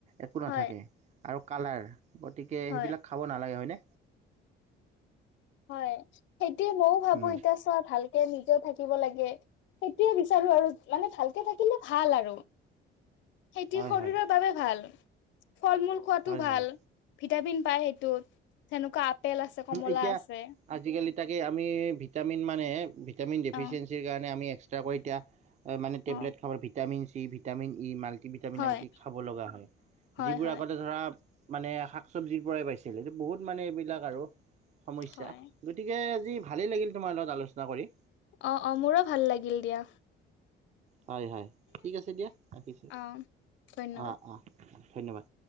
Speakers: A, on the right; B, on the left.
A: একো নাথাকে
B: হয়
A: আৰু কালাৰ। গতিকে
B: হয়
A: সেইবিলাক খাব নালাগে হয়নে।
B: হয়' সেইটয়ে ময়ো ভাবো
A: উম
B: এতিয়া চোৱা ভাল নিজেও থাকিব লাগে, সেইটোয়ে বিচাৰো আৰু মানে ভালকে থাকিলে ভাল আৰু। সেইটো
A: হয়
B: শৰীৰৰ
A: হয়
B: বাবে ভাল, ফল-মূল খোৱাাতটো
A: হয়
B: ভাল।
A: হয়
B: ভিটামিন পাই সেইটোত, তেনেকুৱা আপেল আছে, কমলা
A: এতিয়া
B: আছে।
A: আজিকালি তাকে আমি ভিটামিন মানে ভিটামিন ডেফিচিয়েঞ্চিৰ
B: অ
A: কাৰণে আমি এক্স তাক এতিয়া মানে টেবলেট
B: অ
A: খাব vitamin C, vitamin E, multi vitamin
B: হয়
A: আদি খাব লগা হয়
B: হয়
A: যিবোৰ
B: হয়
A: আগতে ধৰা মানে শাক -চব্জিৰ পৰাই পাইছিল এইটো বহুত মানে এইবিলাক আৰু সমস্যা
B: হয়
A: গতিকে আজি ভালেই লাগিল তোমাৰ লগত আলোচনা কৰি।
B: অ', অ', মোৰো ভাল লাগিল দিয়া।
A: হয়- হয় ঠিক আছে দিয়া ৰাখিছোঁ
B: অ ধন্যবাদ
A: অ', অ', অ', ধন্যবাদ।